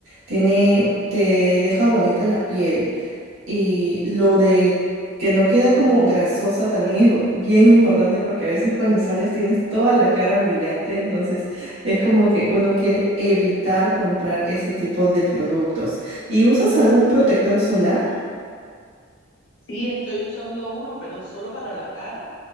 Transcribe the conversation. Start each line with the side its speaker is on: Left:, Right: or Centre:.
Right: tiene, te deja bonita la piel. Y lo de que no queda como grasosa también es bien importante porque a veces cuando sales tienes toda la cara brillante, entonces es como que uno quiere evitar comprar ese tipo de productos. ¿Y usas algún protector solar?
Left: Sí, estoy usando uno, pero solo para la cara.